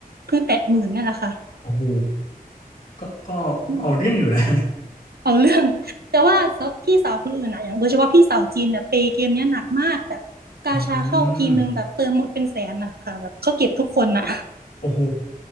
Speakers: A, on the right; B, on the left.
A: เพิ่งแตะหมื่นนั่นแหละค่ะ
B: โอ้โหก็ก็เอาเรื่องอยู่นะ
A: อืมเอาเรื่องแต่ว่าพี่สาวคนอื่นอะอย่างโดยเฉพาะพี่สาวจีนเนี่ยเปย์เกมเนี้ยหนักมากแบบกาชาเข้าทีนึงแบบเติมหมดเป็นแสนนะคะแบบเขาเก็บทุกคนน่ะ
B: <laughs> อืม โอ้โห